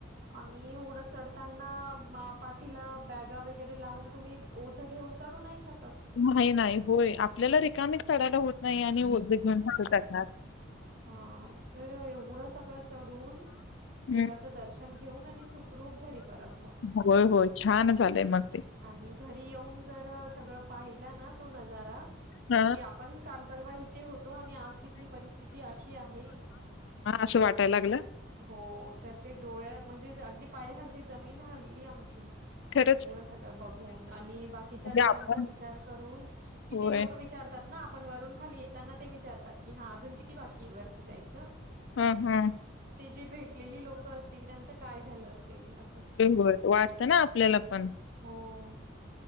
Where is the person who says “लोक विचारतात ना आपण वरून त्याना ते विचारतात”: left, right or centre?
Right